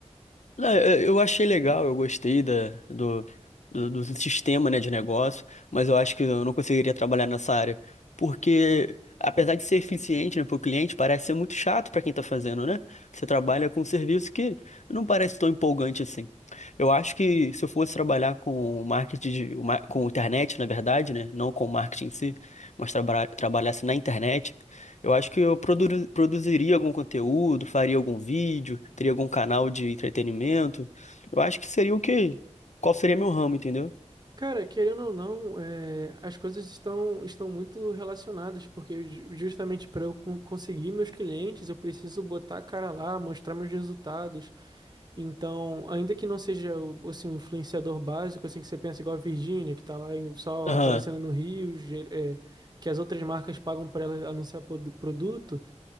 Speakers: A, on the left; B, on the right.
A: Não, Eu eu achei legal, eu gostei da, do, do, do sistema, né, de negócio, mas eu acho que eu não conseguiria trabalhar nessa área, porque apesar de ser eficiente, né, para o cliente, parece ser muito chato para quem está fazendo, né? Você trabalha com um serviço que não parece tão empolgante assim. Eu acho que se eu fosse trabalhar com marketing, de, ma- com internet, na verdade, né, não com marketing em si, mas traba- trabalhasse na internet, eu acho que eu produ- produziria algum conteúdo, faria algum vídeo, teria algum canal de entretenimento. Eu acho que seria o quê? Qual seria meu ramo, entendeu?
B: Cara, querendo ou não, eh, as coisas estão, estão muito relacionadas, porque ju- justamente para eu con- conseguir meus clientes, eu preciso botar a cara lá, mostrar meus resultados. Então, ainda que não seja o assim, o influenciador básico, assim que você pensa igual a Virgínia, que tá lá em- só
A: Aham.
B: aparecendo no Rio, ge- eh, que as outras marcas pagam para ela anunciar produ- produto